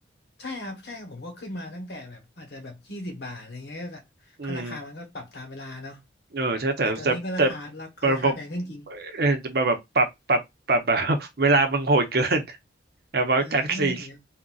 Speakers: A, on the left; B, on the right.
A: ใช่ครับใช่ครับผมก็ขึ้นมาตั้งแต่แบบอาจจะแบบยี่สิบบาทอะไรเงี้ยก็ก็ราคามันก็ปรับตามเวลาเนาะ
B: อืมเออใช่แต่แต่แต่
A: แต่ตอนนี้ก็ราคาราก็ราคาแพงขึ้นจริง
B: แต่มันแบบเออแบบแบบปรับปรับปรับแบบ <laughs> เวลามันโหดเกินแบบว่าจากสี่
A: อ่านั่นน่ะสิครับ